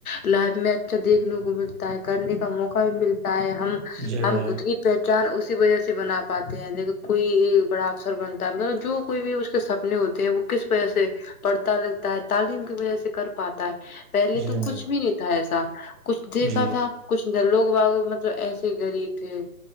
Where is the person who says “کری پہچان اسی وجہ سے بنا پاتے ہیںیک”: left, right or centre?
Left